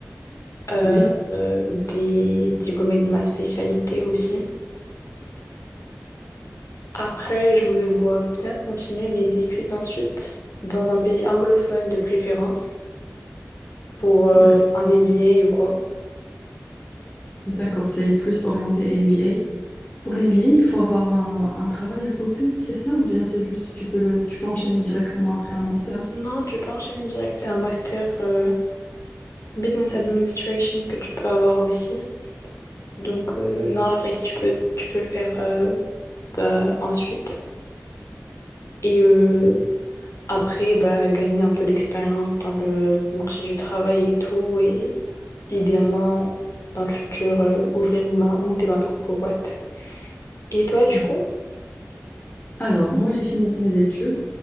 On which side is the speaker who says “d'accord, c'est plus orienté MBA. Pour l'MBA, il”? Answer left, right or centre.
Left